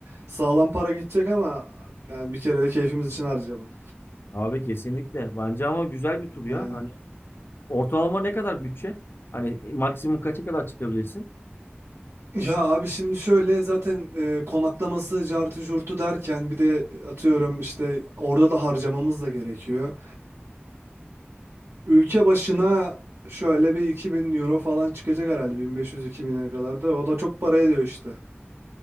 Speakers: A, on the right; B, on the left.
A: sağlam para gidecek ama yani bir kere de keyfimiz için harcayalım.
B: Abi kesinlikle. Bence ama güzel bir tur ya.
A: Yani.
B: Hani ortalama ne kadar bütçe? Hani e, maksimum kaça kadar çıkabilirsin?
A: Ya abi şimdi şöyle zaten e, konaklaması cartı curtu derken bir de atıyorum işte orada da harcamamız da gerekiyor. Ülke başına şöyle bir 2000 euro falan çıkacak herhalde 1500-2000'e kadar da. O da çok para ediyor işte.